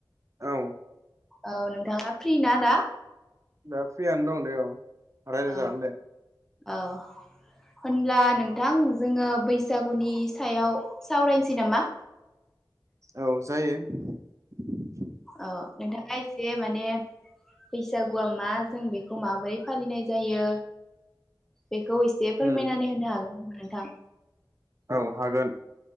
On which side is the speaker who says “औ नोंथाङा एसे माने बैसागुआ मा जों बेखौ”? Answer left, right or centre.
Centre